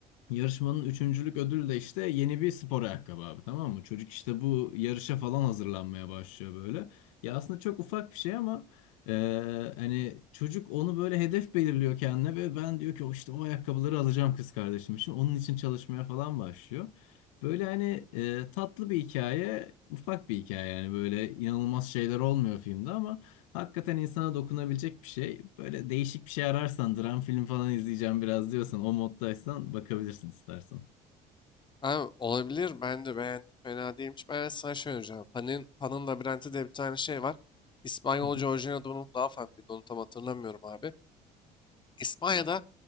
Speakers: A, on the left; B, on the left.
A: Yarışmanın üçüncülük ödülü de işte yeni bir spor ayakkabı abi tamam mı? Çocuk işte bu yarışa falan hazırlanmaya başlıyor böyle. Ya aslında çok ufak bir şey ama e, hani çocuk onu böyle hedef belirliyor kendine ve ben diyor ki o işte o ayakkabıları alacağım kız kardeşim için. Onun için çalışmaya falan başlıyor. Böyle hani e, tatlı bir hikaye, ufak bir hikaye yani böyle inanılmaz şeyler olmuyor filmde ama Hakikaten insana dokunabilecek bir şey. Böyle değişik bir şey ararsan, dram film falan izleyeceğim biraz diyorsan, o moddaysan bakabilirsin istersen.
B: Abi olabilir. Ben de beğendim. Fena değilmiş. Ben evet sana şey önereceğim. Panin Pan'ın Labirenti diye bir tane şey var. İspanyolca
A: Hı hı.
B: orijinal adını daha farklıydı. Onu tam hatırlamıyorum abi. İspanya'da